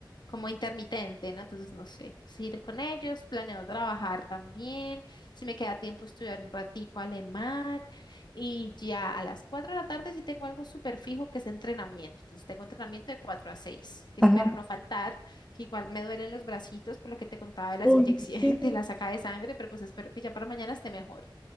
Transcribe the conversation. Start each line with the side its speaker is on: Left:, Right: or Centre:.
Left: como intermitente, ¿no? Entonces, no sé, ir con ellos, planeo trabajar también. Si me queda tiempo, estudiar un ratico alemán. Y ya a las 4 de la tarde sí tengo algo súper fijo que es entrenamiento. Entonces, tengo entrenamiento de cuatro a 6 que
Centre: Ajá.
Left: espero no faltar, que igual me duelen los bracitos por lo que te contaba de las
Centre: Uy,
Left: inyecciones,
Centre: sí.
Left: <laughs> de la saca de sangre, pero pues espero que ya para mañana esté mejor.